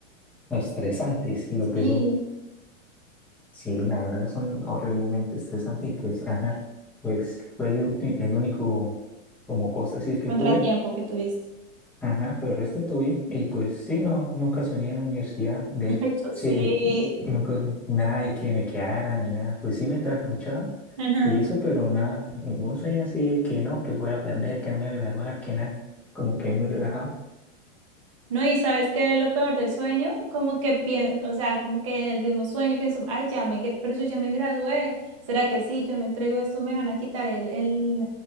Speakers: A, in the centre; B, on the right.
A: Estresantes, lo que
B: Sí,
A: son. Sí, la verdad son horriblemente estresantes. Y pues, ajá, pues fue el, ulti- el único. como cosas así que
B: contratiempo
A: tuve.
B: que tuviste.
A: Ajá, pero el resto todo bien. Y pues sí, no, nunca soñé en la universidad. De
B: <laughs>
A: hecho,
B: Ay, yo sí.
A: sí, nunca, nada de que me quedara ni nada. Pues sí me trasnochaba
B: Ujú.
A: y eso, pero nada, ningún sueño así de que no, que voy a perder, que no me voy a graduar, que nada. Como que muy relajado.
B: No, y sabes qué es lo peor del sueño, como que pienso, o sea, como que en el mismo sueño pienso, ay, ya me, gra- pero yo ya me gradué, ¿será que sí? Yo no entrego esto, me van a quitar el, el,